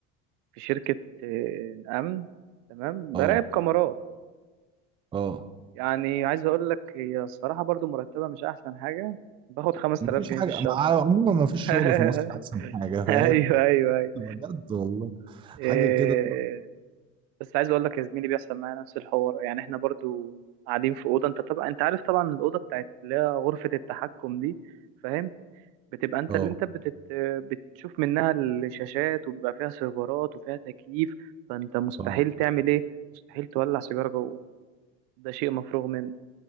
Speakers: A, on the right; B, on the right.
A: في شركة آه، امن تمام
B: اه
A: براقب كاميرات
B: اه
A: يعني عايز اقول لك هي الصراحة برضو مرتبة مش احسن حاجة باخد 5000
B: مفيش
A: جنيه
B: حاجه
A: في الشهر
B: مع عموما مفيش
A: <laughs>
B: شغل في مصر احسن حاجه فاهم
A: ايوه ايوه
B: بجد والله
A: إيه،
B: حاجه كده
A: بس عايز اقول لك يا زميلي بيحصل معايا نفس الحوار يعني احنا برضو قاعدين في اوضه انت طبعا انت عارف طبعا الاوضه بتاعت اللي هي غرفه التحكم دي فاهم بتبقى انت
B: اه
A: اللي انت بتت... بتشوف منها الشاشات وبيبقى فيها سيرفرات وفيها تكييف فانت مستحيل
B: اه
A: تعمل ايه مستحيل تولع سيجاره جوه ده شيء مفروغ منه